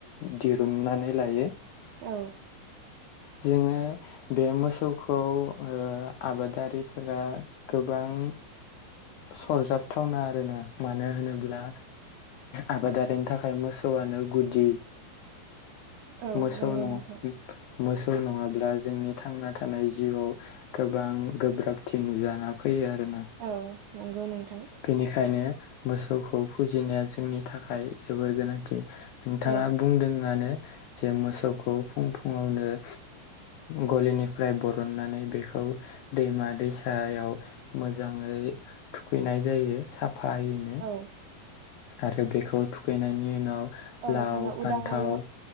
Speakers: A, on the left (about 90°); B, on the right (about 80°).
A: दिरुननानै लायो।
B: औ।
A: जोङो बे मोसौखौ ओ आबादारि फोरा गोबां सरजाबथावना आरोना मानो होनोब्ला आबादारिनि थाखाय मोसौआनो गुदि।
B: औ
A: मोसौ
B: नंगौ
A: न
B: नोंथां
A: मोसौ नङाब्ला जोंनि थांना थानाय जिउआव गोबां गोब्राब थि नुजाना फैयो आरोना।
B: औ नंगौ नोंथां।
A: बेनिखायनो मोसौखौ फुजिनाया जोंनि थाखाय जोबोर गोनांथि। नोंथाङा
B: औ
A: बुंदोंआनो जे मोसौखौ फुं फुङावनो गलिनिफ्राय बरननानै बेखौ दैमा दैसा सायाव मोजाङै थुखैनाय जायो साफायै।
B: औ
A: आरो बेखौ थुखैनायनि उनाव
B: औ
A: लाव
B: जोङो उदाङै
A: फान्थाव